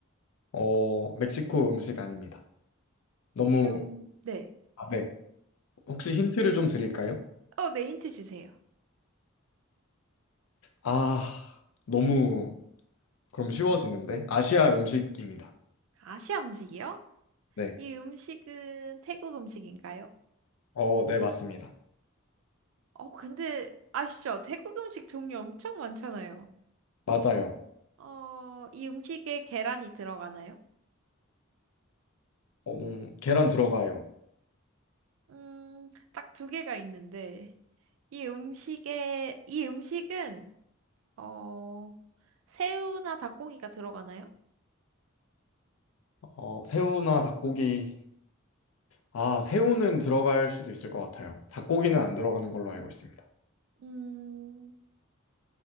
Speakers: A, on the left; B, on the right.
A: 어, 멕시코 음식 아닙니다. 너무,
B: 이 음, 네.
A: 아, 네. 혹시 힌트를 좀 드릴까요?
B: 어, 네, 힌트 주세요.
A: 아, 너무 그럼 쉬워지는데? 아시아 음식입니다.
B: 아시아 음식이요?
A: 네.
B: 이 음식은 태국 음식인가요?
A: 어, 네, 맞습니다.
B: 어, 근데 아시죠? 태국 음식 종류 엄청 많잖아요.
A: 맞아요.
B: 어, 이 음식에 계란이 들어가나요?
A: 어, 음, 계란 들어가요.
B: 음, 딱 두 개가 있는데, 이 음식에, 이 음식은, 어, 새우나 닭고기가 들어가나요?
A: 어, 새우나 닭고기. 아, 새우는 들어갈 수도 있을 것 같아요. 닭고기는 안 들어가는 걸로 알고 있습니다.
B: 음,